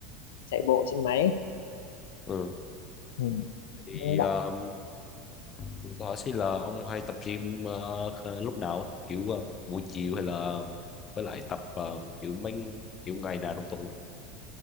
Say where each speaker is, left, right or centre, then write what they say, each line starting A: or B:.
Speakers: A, on the left; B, on the left.
A: chạy bộ trên máy
B: ừ.
A: ừ.
B: Thì,
A: đúng không bạn
B: ờ, thì câu hỏi sẽ là ông hay tập gym ờ, kh- lúc nào? á? Kiểu ờ, buổi chiều hay là với lại tập ờ, kiểu mấy kiểu ngày nào trong tuần? á?